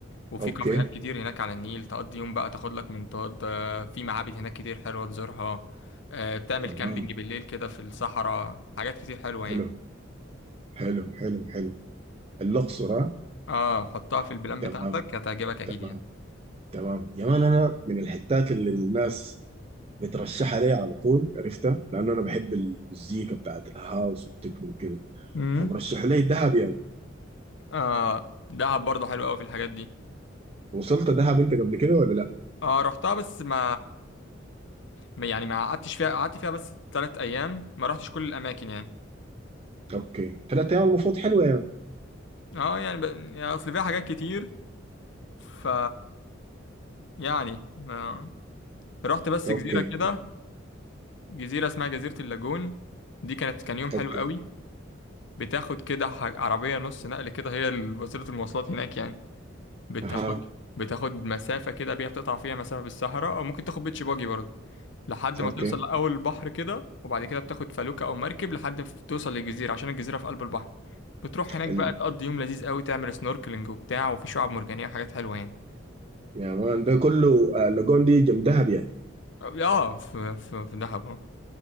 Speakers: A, on the left; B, on the right.
A: وفي
B: اوكي
A: كافيهات كتير هناك على النيل تقضي يوم بقى تاخد لك منطاد آه، في معابد هناك كتير حلوة تزورها آه، تعمل
B: تمام
A: كامبينج بالليل كده في الصحراء حاجات كتير حلوة
B: حلو
A: يعني
B: حلو حلو حلو الاقصر ها؟
A: اه حطها في البلان
B: تمام
A: بتاعتك هتعجبك اكيد
B: تمام
A: يعني
B: تمام يا مان انا من الحتات اللي الناس بترشحها ليا على طول عرفتها لان انا بحب المزيكا بتاعت الهاوس والتكنو وكده
A: امم
B: فمرشحوا لي دهب يا يعني.
A: اه دهب برضه حلو قوي في الحاجات دي
B: وصلت دهب انت قبل كده ولا لا
A: اه رحتها بس ما ما- يعني ما قعدتش فيها قعدت فيها بس ثلاث ايام ما رحتش كل الاماكن يعني
B: اوكي ثلاث ايام المفروض حلوه يعني
A: اه يعني, ب... يعني اصل فيها حاجات كتير ف يعني ما... رحت بس
B: اوكي
A: جزيرة كده
B: اوكي
A: جزيرة اسمها جزيرة اللاجون دي كانت كان يوم حلو
B: اوكي
A: قوي بتاخد كده ح- عربية نص نقل كده هي ال- وسيلة المواصلات هناك يعني بتاخد
B: اها
A: بتاخد مسافة كده بيها بتقطع فيها مسافة بالصحراء أو ممكن تاخد بيتش باجي برضه لحد ما
B: اوكي
A: توصل لأول البحر كده وبعد كده بتاخد فلوكة أو مركب لحد ما توصل للجزيرة عشان الجزيرة في قلب البحر بتروح هناك
B: ال...
A: بقى تقضي يوم لذيذ قوي تعمل سنوركلينج وبتاع وفي شعاب مرجانية وحاجات حلوة يعني
B: يا مان ده كله آه، لاجون دي جنب دهب يعني
A: اه في في في دهب آه.